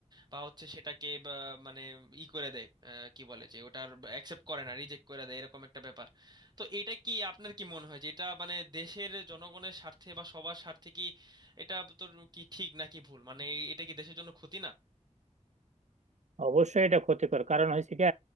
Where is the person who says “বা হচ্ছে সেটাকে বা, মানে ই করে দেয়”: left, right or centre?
Right